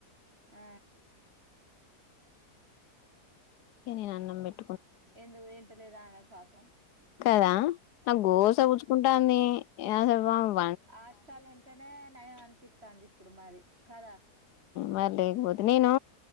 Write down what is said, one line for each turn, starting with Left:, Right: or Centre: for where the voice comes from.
Right: ఆ
Left: ఏని నాన్నంబెట్
Right: ఎందుకు తింటాలేదామే పాపం
Left: కదా ఆ గోస గుచ్చుం తంది ఇగ అసలు పాపం
Right: ఆష్టాలు ఉంటేనే నయం అనిపితంది ఇప్పుడు మరి కద
Left: మరి లేకపోతే నేను